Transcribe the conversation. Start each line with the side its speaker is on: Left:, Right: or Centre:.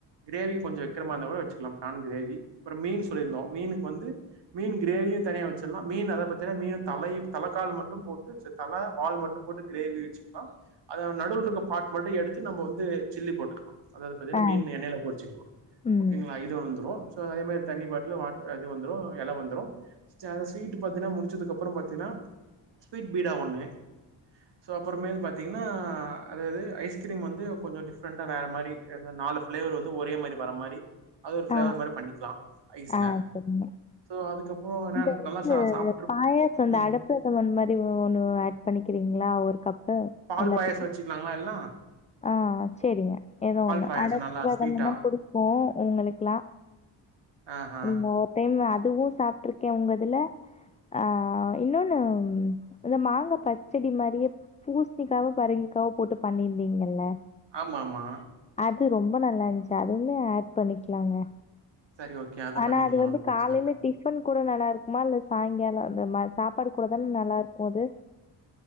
Right: கிரேவி கொஞ்சோ வெக்குற மாரி இருந்தா கூட வெச்சுக்கலாம் பிரான் கிரேவி அப்புறோ மீன் சொல்லிருந்தோ மீன்க்கு வந்து மீன் கிரேவிய தனியா வெச்சுருலா மீன் அத பாத்தீன்னா மீனு தலையு தலைக்கால் மட்டும் போட்டு சே தல வால் மட்டும் போட்டு கிரேவி வெச்சுக்கலா அதா நடுவுல இருக்க பார்ட் மட்டு எடுத்து நம்ம வந்து சில்லி போட்டுக்கலா அதாவது பாத்தீங்கன்னா
Left: ஆ,
Right: மீன் எண்ணயில பொருச்சுக்கலா
Left: ம்.
Right: ஓகேங்களா இது வந்துரு அதே மாரி தண்ணி பாட்டுலு இது வந்துரு எல வந்துரு ஸ்வீட்டு பாத்தீங்கன்னா முடுச்சதுக்கு அப்புறோ பாத்தீங்கன்னா ஸ்வீட் ஸ்பீடா ஒன்னு சோ அப்புற மேல் பாத்தீங்கன் ன்னா அதாவது ஐஸ்கிரீம் வந்து கொஞ்சோ டிஃப்ரெண்டா வேற மாரி நாலு பிளேவர் வந்து ஒரே மாரி வர மாரி அது ஒரு ஃபிளேவர்
Left: ஆமா
Right: மாரி பண்ணிக்கலாம் ஐஸ்ல
Left: ஆ சேரிங்க
Right: சோ அதுக்கப்புறம் என்ன
Left: இந்த
Right: நல்லா
Left: இது
Right: சா சாப்ட்ரு
Left: பாயாசோ இந்த
Right: ம்
Left: அட பிரதமன் மாரி ஒ ஒன்னு ஏட் பண்ணிக்குறீங்களா ஒரு கப்பு
Right: பால்
Left: எல்லாத்துக்கும்.
Right: பாயாசோ வெச்சுக்கலாங்களா எல் ல்லா
Left: ஆ சேரிங்க எதோ ஒண்ணு
Right: பாயாசம்
Left: அட
Right: நல்லா
Left: பிரதமன்தா
Right: ஸ்வீட்டா
Left: புடிக்கு இவங்களுக்குல்லா
Right: ஆஹா
Left: இந்த ஒரு டைம் அடப் அதுவு சாப்ட்ருக்க உங்க இதுல ஆ இன்னொன்னு இந்த மாங்கா பச்சடி மாரியே பூசுணிக்காவோ பரங்கிக்காவோ போட்டு பண்ணிருந் தீங்கல்ல
Right: ஆமா ஆமா
Left: அது ரொம்ப நல்லா இருந்துச்சு அதுமே ஏட் பண்ணிக்கலாங்க
Right: சேரி ஓகே அத
Left: ஆனா
Right: பண்ணிக்கலா
Left: அது வந்து
Right: ஒண்ணு பிரச்சன
Left: காலையில
Right: இல்ல
Left: டிஃபன் கூட நல்லா இருக்குமா இல்ல சாயங்காலோ அந்த மாரி சாப்பாடு கூட தான நல்லா இருக்கு அது